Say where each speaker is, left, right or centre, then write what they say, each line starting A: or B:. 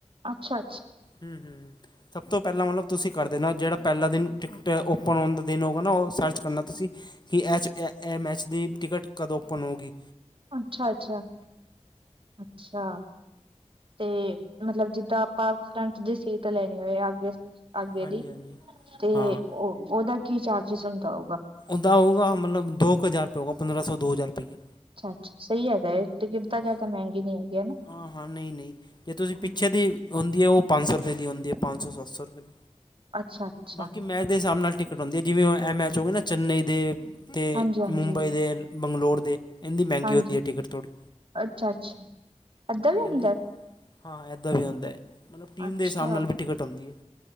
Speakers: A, on the right; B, on the left.
A: ਅੱਛਾ ਅੱਛਾ
B: ਹੂੰ ਹੂੰ ਸਭ ਤੋਂ ਪਹਿਲਾਂ ਮਲਬ ਤੁਸੀਂ ਕਰਦੇ ਨਾ ਜੇਹੜਾ ਪਹਿਲਾ ਦਿਨ ਟਿਕਟ ਓਪਨ ਹੋਣ ਦਾ ਦਿਨ ਹੋਓਗਾ ਨਾ ਓ ਸਰਚ ਕਰਨਾ ਤੁਸੀਂ। ਕਿ ਐਚ ਐਹ ਐਹ ਐਮ ਐੱਚ ਦੀ ਟਿਕਟ ਕਦੋਂ ਓਪਨ ਹੋਓਗੀ?
A: ਅੱਛਾ-ਅੱਛਾ, ਅੱਛਾ ਤੇ ਮਤਲਬ ਜਿ ਦਾਂ ਆਪਾਂ ਫਰੰਟ ਦੀ ਸੀਟ ਲੈਣੀ ਹੋਏ ਆਗੇ। ਆਗੇ
B: ਹਾਂਜੀ
A: ਦੀ
B: ਹਾਂਜੀ
A: ਤੇ
B: ਹਾਂ
A: ਓ ਓਦਾ ਕੀ ਚਾਰਜਿਸ ਹੁੰਦਾ ਹੋਓਗਾ?
B: ਓਦਾ ਹ‌ਓਗਾ ਮਲਬ ਦੋ ਕ ਹਜ਼ਾਰ ਰੁਪਏ ਹੋਓਗਾ, ਪੰਦਰਾਂ ਸੌ-ਦੋ ਹਜ਼ਾਰ ਰੁਪਈਏ।
A: ਅੱਛਾ-ਅੱਛਾ ਸਹੀ ਹੈਗਾ ਏ, ਟਿਕਟ ਤਾਂ
B: ਹਾਂ
A: ਜ਼ਿਆਦਾ ਮਹਿੰਗੀ ਨੀ ਹੈਗੀ, ਹਨਾ?
B: ਹਾਂ ਹਾਂ ਨਹੀਂ ਨਹੀਂ ਜੇ ਤੁਸੀਂ ਪਿੱਛੇ ਦੀ ਹੁੰਦੀ ਐ ਓ ਪੰਜ ਸੌ ਰੁਪਏ ਦੀ ਹੁੰਦੀ ਐ ਪੰਜ ਸੌ ਸੱਤ ਸੌ ਰੁਪਏ ਦੀ,
A: ਅੱਛਾ ਅੱਛਾ
B: ਬਾਕੀ ਮੈਚ ਦੇ ਸਾਬ ਨਾਲ ਟਿਕਟ ਹੁੰਦੀ ਏ ਜਿਵੇਂ ਐਹ ਮੈਚ ਹੋ ਗਏ ਨਾ ਚੰਨਈ ਦੇ ਤੇ
A: ਹਾਂਜੀ ਹਾਂਜੀ
B: ਮੁੰਬਈ ਦੇ ਬੰਗਲੋਰ ਦੇ ਏਦੀ ਮਹਿੰਗੀ
A: ਹਾਂਜੀ
B: ਹੁੰਦੀ ਟਿਕਟ ਥੋੜੀ।
A: ਅੱਛਾ ਅੱਛਾ ਅੱਧਰ ਰਹਿੰਦਾ
B: ਇਹਦੀ
A: ਹੈ
B: ਹਾਂ ਇੱਦਾਂ ਵੀ ਹੁੰਦਾ ਹੈ ਮਤਲਬ ਟੀਮ
A: ਅੱਛਾ
B: ਦੇ ਹਿਸਾਬ ਨਾਲ ਵੀ ਟਿਕਟ ਆਉਂਦੀ ਹੈ